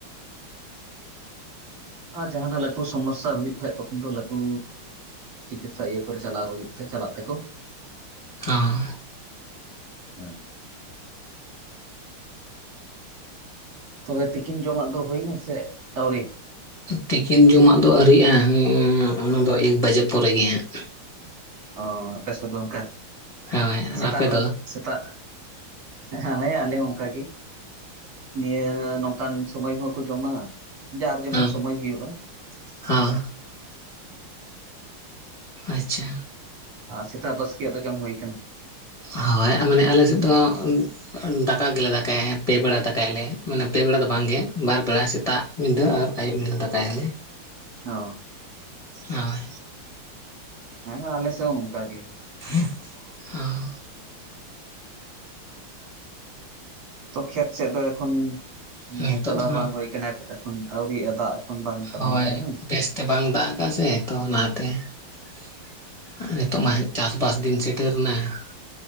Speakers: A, on the right; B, on the left.
A: ᱟᱸ ᱡᱟᱦᱟᱸᱱᱟᱜ ᱞᱟᱹᱴᱩ ᱥᱚᱢᱚᱥᱥᱟ ᱦᱩᱭᱩᱜ ᱠᱷᱟᱡ ᱛᱚᱠᱷᱚᱱ ᱫᱚ ᱞᱟᱹᱴᱩ ᱪᱤᱠᱤᱛᱥᱟ ᱤᱭᱟᱹ ᱠᱚᱨᱮ ᱪᱟᱞᱟᱣ ᱦᱩᱭᱩᱜ ᱛᱮ ᱪᱟᱞᱟᱜ ᱛᱮᱠᱚ
B: ᱦᱮᱸ
A: ᱦᱮᱸ ᱛᱚᱵᱮ ᱛᱤᱠᱤᱱ ᱡᱚᱢᱟᱜ ᱫᱚ ᱦᱩᱭᱮᱱᱟ, ᱥᱮ ᱟᱹᱣᱨᱤ?
B: ᱛᱤᱠᱤᱱ ᱡᱚᱢᱟᱜ ᱫᱚ ᱟᱹᱣᱨᱤ ᱭᱟᱜᱼᱟ, ᱦᱩᱸ ᱚᱱᱟ ᱫᱚ ᱮᱠ ᱵᱟᱡᱮ ᱯᱚᱨᱮ ᱜᱮ ᱦᱟᱸᱜ᱾
A: ᱚᱻ ᱟᱯᱮ ᱥᱮᱫ ᱫᱚ ᱚᱸᱠᱟ
B: ᱦᱟᱸᱜ ᱦᱳᱭ ᱟᱨ
A: ᱥᱮᱛᱟᱜ
B: ᱟᱯᱮ
A: ᱨᱮᱫᱚᱜ
B: ᱫᱚ
A: ᱥᱮᱛᱟᱜ, ᱦᱮᱸ ᱟᱞᱮ ᱟᱞᱮ ᱦᱚᱸ ᱚᱸᱠᱟ ᱜᱤ, ᱱᱤᱭᱟᱹ ᱱᱚᱝᱠᱟᱱ ᱥᱩᱢᱚᱭ ᱦᱚᱸᱠᱚ ᱡᱚᱢᱟ᱾ ᱡᱟᱨ ᱡᱮᱢᱚᱱ
B: ᱦᱮᱸ
A: ᱥᱚᱢᱚᱭ ᱦᱩᱭᱩᱜᱼᱟ
B: ᱦᱮᱸ
A: ᱚᱸᱠᱟ,
B: ᱟᱪᱪᱷᱟ,
A: ᱟ ᱥᱮᱛᱟᱜ ᱵᱟᱥᱠᱮᱭᱟᱜ ᱫᱚ ᱡᱚᱢ ᱦᱩᱭ ᱠᱟᱱᱟ᱾
B: ᱦᱟᱻᱳᱭ ᱟ ᱢᱟᱱᱮ ᱟᱞᱮ ᱥᱮᱫ ᱫᱚ ᱩᱸ <unintelligible> ᱫᱟᱠᱟ ᱜᱮᱞᱮ ᱫᱟᱠᱟᱭᱟ ᱯᱮ ᱵᱮᱲᱟ ᱫᱟᱠᱟᱭ ᱟᱞᱮ ᱢᱟᱱᱮ ᱯᱮ ᱵᱮᱲᱟ ᱫᱚ ᱵᱟᱝ ᱜᱮ ᱵᱟᱨ ᱵᱮᱲᱟ ᱥᱮᱛᱟᱜ ᱢᱤᱫ ᱫᱷᱟᱹᱣ ᱟᱨ ᱟᱹᱭᱩᱵ ᱮᱮᱞᱮ ᱫᱟᱠᱟᱭᱟ ᱟᱞᱮ᱾
A: ᱚ
B: ᱦᱳᱭ᱾
A: ᱦᱮᱸ ᱟᱞᱮ ᱥᱮᱜ ᱦᱚᱸ ᱱᱚᱝᱠᱟ ᱜᱮ᱾
B: <unintelligible> ᱚᱦ,
A: ᱛᱚ ᱠᱷᱮᱛ ᱥᱮᱫ ᱫᱚ ᱮᱠᱷᱚᱱ ᱢᱟᱱᱮ
B: ᱱᱤᱛᱚᱜ
A: ᱪᱟᱞᱟᱣ
B: ᱫᱚ ᱦᱟᱸᱜ
A: ᱵᱟᱝ ᱦᱩᱭ ᱠᱟᱱᱟ, ᱮᱠ ᱮᱠᱷᱚᱱ ᱟᱹᱣᱨᱤᱭᱟᱜ-ᱟ ᱫᱟᱜ ᱮᱠᱷᱚᱱ ᱵᱟᱝ ᱠᱟᱨᱚᱱ
B: ᱦᱳᱭ
A: ᱛᱮ ᱦᱮᱸ
B: ᱵᱮᱥᱛᱮ ᱵᱟᱝ ᱫᱟᱜ ᱟᱠᱟᱜᱼᱟ, ᱥᱮ ᱛᱚ ᱚᱱᱟ ᱛᱮ᱾ <unintelligible> ᱱᱤᱛᱚᱜ ᱢᱟ <unintelligible> ᱪᱟᱥ ᱵᱟᱥ ᱫᱤᱱ ᱥᱮᱴᱮᱨᱮᱱᱟ ᱾